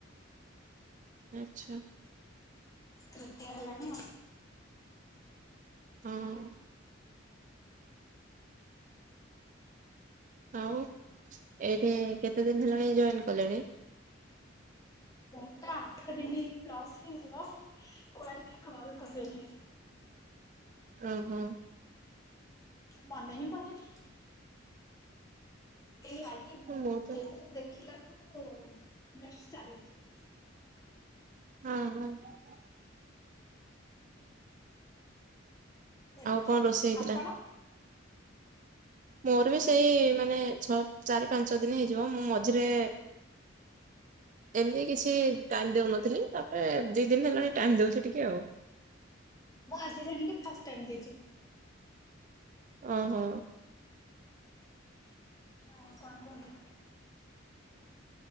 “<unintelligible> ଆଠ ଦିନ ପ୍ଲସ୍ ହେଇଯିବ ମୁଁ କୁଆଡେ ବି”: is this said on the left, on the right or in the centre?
Left